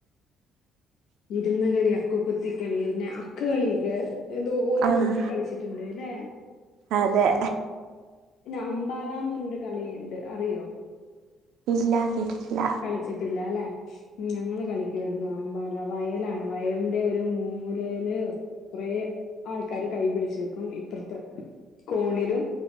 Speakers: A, on the left; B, on the right.
A: ഇരുന്നുകളി, അക്കുത്തിക്കളി പിന്നെ അക്ക് കളിയൊക്കെ എന്തോരം
B: ആഹ്
A: തൊങ്ങി കളിച്ചിട്ട് ഉണ്ടല്ലേ
B: അതെ
A: പിന്നെ അമ്പാലാം എന്ന് പറഞ്ഞൊരു കളിയുണ്ട് അറിയോ
B: ഇല്ല കേട്ടിട്ടില്ല
A: കളിച്ചിട്ടല്ലേ ഞങ്ങള് കളിക്കുവാരുന്നു അമ്പാലാ വയലാണ് വയലിന്റെ ഒരു മൂലയില് കുറെ ആൾക്കാര് കൈപിടിച്ചു നിൽക്കും ഇപ്പറത്ത് കോണിലും